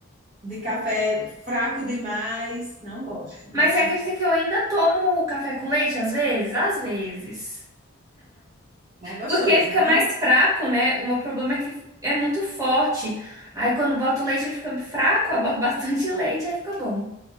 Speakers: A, on the right; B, on the right.
A: de café fraco demais. Não gosto. Gosto
B: Mas você acredita
A: de
B: que eu ainda tomo café com leite às vezes? Às vezes.
A: mais gostoso,
B: Porque fica
A: né? Não?
B: mais fraco, né? O meu problema é que é muito forte. Aí quando boto leite ele fica fraco, aí eu boto bastante <laughs> leite, aí fica bom.